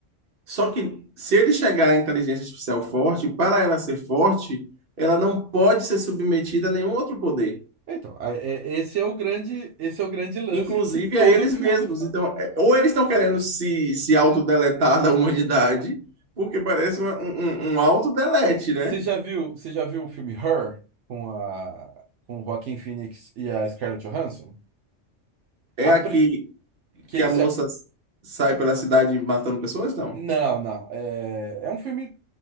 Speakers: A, on the right; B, on the right.
A: Só que se ele chegar à inteligência artificial forte, para ela ser forte, ela não pode ser submetida a nenhum outro poder,
B: Então, a- é- esse é o grande, esse é o grande lance
A: inclusive
B: que todo
A: a eles
B: filme
A: mesmos.
B: faz.
A: Então, é- ou eles estão querendo se, se autodeletar da humanidade, porque parece uma- um, um, um autodelete, né?
B: Você já viu, você já viu o filme Her com a com o Joaquin Phoenix e a Scarlett Johansson?
A: É
B: A
A: aqui
B: pre- que
A: que
B: ele
A: a moça
B: se ap-
A: sai pela cidade matando pessoas? Não.
B: Não, não. É, é um filme,